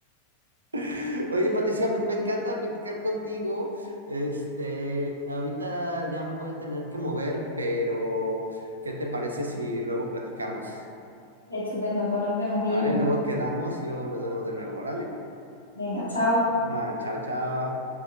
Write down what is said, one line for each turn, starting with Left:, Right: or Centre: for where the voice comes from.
Right: <laughs> Oye, Patricia, pues me encanta platicar contigo. Este, ahorita ya me voy a tener que mover, pero ¿qué te parece si luego platicamos?
Left: Estupendo, pues nos vemos, Guillermo.
Right: Vale, luego quedamos y luego nos vemos de nuevo, órale.
Left: Venga, chao.
Right: Ajá, chao, chao.